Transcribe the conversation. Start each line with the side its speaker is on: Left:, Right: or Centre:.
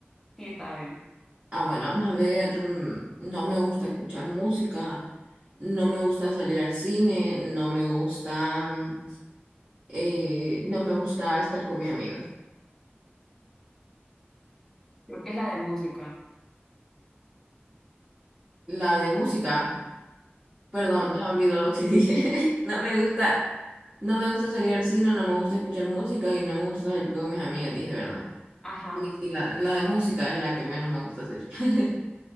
Centre: Sí, está bien.
Right: Ah, bueno, vamos a ver, mm, no me gusta escuchar música, no me gusta salir al cine, no me gusta, mm, eh, no me gusta estar con mis amigas.
Centre: Creo que es la de música.
Right: La de música, perdón,
Centre: ¿Mm?
Right: ya me olvidó lo que <laughs> dije. No me gusta, no me gusta salir al cine, no me gusta escuchar música y no me gusta salir con mis amigas, dije, ¿verdad?
Centre: Ajá,
Right: Sí, sí, la, la de música es la que menos me gusta hacer. <laughs>